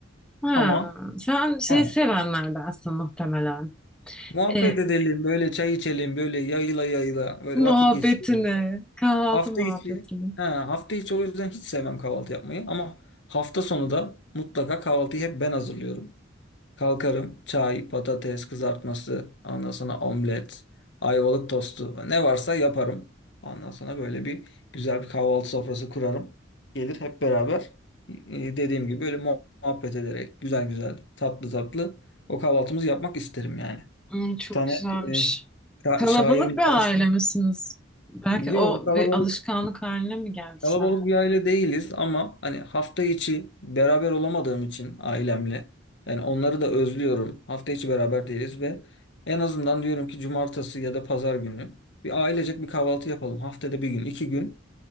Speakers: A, in the centre; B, on the left (about 60°).
A: Ha,
B: Ama
A: sen şey
B: he,
A: sevenlerdensin muhtemelen.
B: muhabbet
A: E,
B: edelim, böyle çay içelim, böyle yayıla yayıla, böyle
A: muhabbetini,
B: vakit geçirelim.
A: kahvaltı
B: Hafta
A: muhabbetini.
B: içi, he, hafta içi o yüzden hiç sevmem kahvaltı yapmayı. Ama hafta sonu da mutlaka kahvaltıyı hep ben hazırlıyorum. Kalkarım çay, patates kızartması, ondan sonra omlet, ayvalık tostu ne varsa yaparım. Ondan sonra böyle bir güzel bir kahvaltı sofrası kurarım. Gelir hep beraber e, dediğim gibi böyle muha- muhabbet ederek güzel güzel tatlı tatlı o kahvaltımızı yapmak isterim yani.
A: Hmm, çok
B: Bir tane
A: güzelmiş.
B: e, şa-
A: Kalabalık
B: şairin
A: bir
B: bir tanesi.
A: aile misiniz? Belki
B: Yok
A: o
B: kalabalık
A: bir alışkanlık haline mi geldi
B: Kalabalık
A: sende?
B: bir aile değiliz ama hani hafta içi beraber olamadığım için ailemle yani onları da özlüyorum. Hafta içi beraber değiliz ve en azından diyorum ki cumartesi ya da pazar günü bir ailecek bir kahvaltı yapalım. Haftada bir gün, iki gün